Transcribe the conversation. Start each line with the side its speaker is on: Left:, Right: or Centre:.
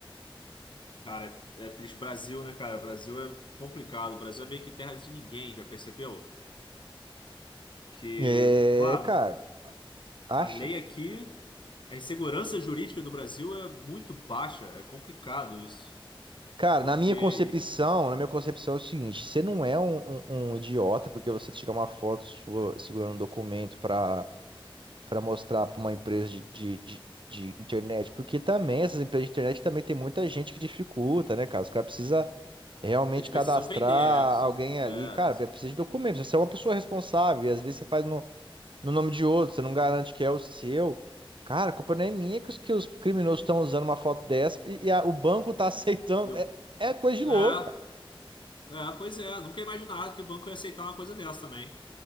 Left: Cara, é triste. Brasil, né, cara? Brasil é complicado. Brasil é meio que terra de ninguém, já percebeu? que,
Right: É,
Left: claro,
Right: cara, acha.
Left: a lei aqui, a insegurança jurídica do Brasil é muito baixa, é complicado isso,
Right: Cara,
Left: porque
Right: na minha concepção, na minha concepção é o seguinte, você não é um, um- um idiota porque você tira uma foto sua segurando um documento para para mostrar para uma empresa
Left: e, é,
Right: de, de, de, de internet, porque também essas empresas de internet também tem muita gente que dificulta, né, cara? Os caras precisam realmente
Left: eles
Right: cadastrar
Left: precisam vender, é, são,
Right: alguém ali.
Left: é,
Right: Cara, precisa de documentos, você é uma pessoa responsável e às vezes você faz no, no nome de outro, você não garante que é o seu. Cara, a culpa não é minha que os, que os criminosos estão usando uma foto dessa e, e a- o banco tá <laughs> aceitando.
Left: e eu,
Right: É, é coisa de
Left: é,
Right: louco, cara.
Left: é, pois é, nunca ia imaginar que o banco ia aceitar uma coisa dessa também.